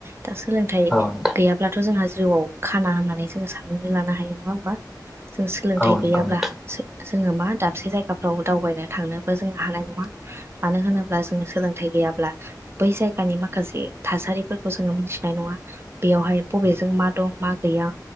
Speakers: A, on the right (about 35°); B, in the centre.
A: दा सोलोंथाइ
B: औ नोंथां
A: गैयाब्लाथ' जोंहा जिउआव खाना होननानै जोंङो सा ननानै लानो हायो नंङा होमबा? जों सोलोंथाइ
B: औ नंगौ
A: गैयाब्ला
B: नोंथां
A: जोंङो मा दाबसे जायगाफ्राव दावबायनो थांनोबो जोंङो हानाय नंङा। मानो होनोब्ला जों सोलोंथाइ गैयाब्ला बै जायगानि माखासे थासारिफोर खौ जोंङो मोनथिनाय नङा बेयावहाय बबेजों मा दं मा गैया।